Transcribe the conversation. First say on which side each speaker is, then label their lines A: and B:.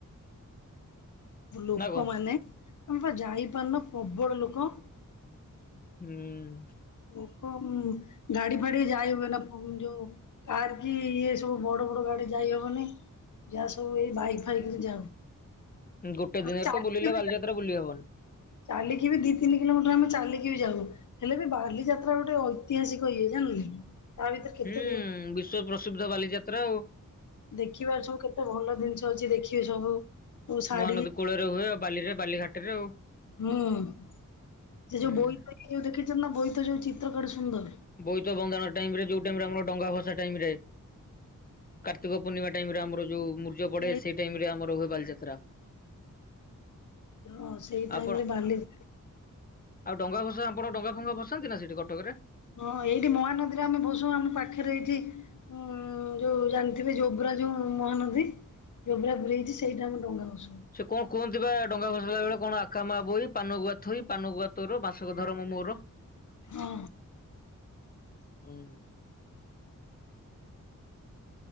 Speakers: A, on the left; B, on the left.
A: ଲୋକମାନେ
B: ନା କଣ?
A: ଆମେ ଯାଇପାରୁନା ପ୍ରବଳ ଲୋକ।
B: ହୁଁ।
A: ଲୋକ ଗାଡି ଫାଡି ଯାାଇ ହୁଏ ନା ଫ ଯଉ କାର କି ଇଏ ସବୁ ବଡ ବଡ ଗାଡି ଯାଇ ହବନି। ଯାହା ସବୁ ଏଇ ବାଇକ୍ ଫାଇକ ରେ ଯାଉ।
B: ଗୋଟେ ଦିନରେ
A: ଚାଲିକି
B: ତ ବୁଲିଲେ
A: ବି
B: ବାଲିଯାତ୍ରା ବୁଲି ହବନି।
A: ଚାଲିକି ବି ଦି ତିନି କିଲୋମିଟର ଆମେ ଚାଲିକି ବି ଯାଉ, ହେଲେ ବି ବା ବାଲିଯାତ୍ରା ଗୋଟେ ଐତିହାସିକ ଇଏ, ଜାଣିଲେ? ତା ଭିତରେ କେତେ
B: ହୁଁ
A: ଦି
B: ବିଶ୍ଵ ପ୍ରସିଦ୍ଧ ବାଲିଯାତ୍ରା ଆଉ।
A: ଦେଖିବାର ସବୁ କେତେ ଭଲ ଜିନିଷ ଅଛି ଦେଖିବେ ସବୁ। ତ ସାଡି
B: ମହାନଦୀ କୂଳରେ ହୁଏ ଆଉ ବାଲିରେ ବାଲିଘାଟରେ ଆଉ।
A: ହୁଁ। ସେ
B: ହୁଁ
A: ଯୋଉ ବୋଇତ ଯୋଉ ଦେଖିଛନ୍ତି ନା ବୋଇତ ଯୋଉ ଚିତ୍ର କଡେ ସୁନ୍ଦର।
B: ବୋଇତ ବନ୍ଦାଣ ଟାଇମ୍ ରେ ଯୋଉ ଟାଇମ୍ ରେ ଆମର ଡଙ୍ଗା ଭସା ଟାଇମ୍ ରେ। କାର୍ତ୍ତିକ ପୂର୍ଣ୍ଣିମା ଟାଇମ୍ ରେ ଆମର ଯୋଉ ମୂରୂଜ ପଡେ
A: ଏଇ
B: ସେଇ ଟାଇମ୍ ରେ ଆମର ହୁଏ ବାଲିଯାତ୍ରା।
A: ହଁ ସେଇ ଟାଇମ୍
B: ଆପଣ
A: ରେ ବାଲି
B: ଆଉ ଡଙ୍ଗା ଭସା ଆପଣ ଡଙ୍ଗା ଫଙ୍ଗା ଭସାନ୍ତି ନା ସେଠି କଟକରେ?
A: ହଁ ଏଇଠି ମହାନଦୀରେ ଆମେ ଭସଉ ଆମ ପାଖରେ ଏଇଠି ଉଁ ଯୋଉ ଜାଣିଥିବେ ଯୋବ୍ରା ଯୋଉ ମହାନଦୀ। ଯୋବ୍ରା ବ୍ରିଜ୍ ସେଇଠି ଆମେ ଡଙ୍ଗା ଭସଉ।
B: ସେ କଣ କୁହନ୍ତି ବା ଡଙ୍ଗା ଭସେଇଲା ବେଳେ କଣ ଆକା ମା ବଇ ପାନ ଗୁଆ ଥୋଇ ପାନ ଗୁଆ ତୋର ମାସ ମାସକ ଧରମ ମୋର। ହୁଁ।
A: ହଁ